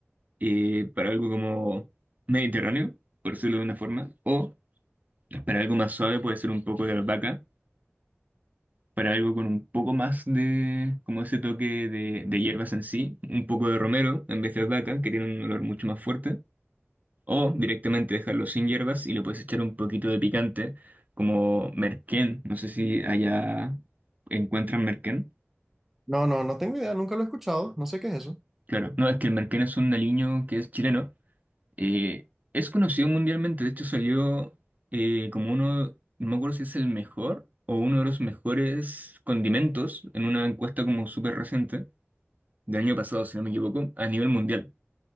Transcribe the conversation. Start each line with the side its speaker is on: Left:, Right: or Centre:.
Right: eh, para algo como mediterráneo, por decirlo de una forma. O para algo más suave puede ser un poco de albahaca para algo con un poco más de, como ese toque de, de hierbas en sí, un poco de romero en vez de albahaca, que tiene un olor mucho más fuerte, o directamente dejarlo sin hierbas y le puedes echar un poquito de picante, como merquén, no sé si allá encuentran merquén.
Centre: No, no, no tengo idea, nunca lo he escuchado. No sé qué es eso.
Right: Claro, no, es que el merquén es un aliño que es chileno, eh, es conocido mundialmente, de hecho salió eh, como uno, no me acuerdo si es el mejor o uno de los mejores condimentos en una encuesta como súper reciente. del año pasado, si no me equivoco, a nivel mundial.